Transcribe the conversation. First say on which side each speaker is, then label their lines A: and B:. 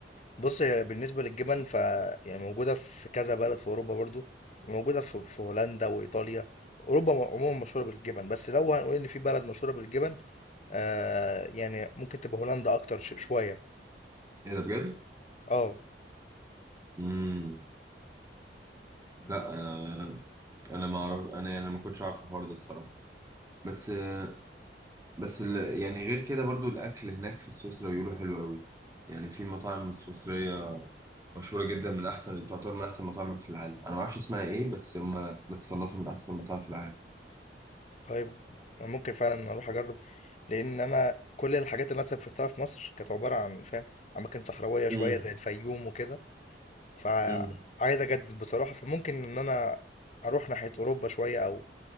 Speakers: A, on the left; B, on the right.
A: بُص هي بالنسبة للجبن ف يعني موجودة في كذا بلد في أوروبا برضه، موجودة في في هولندا وإيطاليا، أوروبا م عمومًا مشهورة بالجبن، بس لو هنقول إن في بلد مشهورة بالجبن آآ يعني ممكن تبقى هولندا أكتر ش شوية،
B: ايه ده بجد
A: آه،
B: امم
A: إمم.
B: لا آه انا ما اعرف انا يعني ما كنتش عارف الحوار ده الصراحه بس آه بس ال... يعني غير كده برضو الاكل هناك في سويسرا بيقولوا حلو قوي يعني في مطاعم سويسرية مشهورة جدا من أحسن تعتبر من أحسن مطاعم في العالم أنا ما أعرفش اسمها إيه بس هما بتصنفها من أحسن مطاعم في العالم
A: طيب ممكن فعلًا أروح أجرب، لإن أنا كل الحاجات اللي أنا سافرتها في مصر كانت عبارة عن فاهم أماكن صحراوية شوية
B: امم
A: زي الفيوم وكده، فعايز
B: امم
A: أجدد بصراحة، فممكن إن أنا أروح ناحية أوروبا شوية أو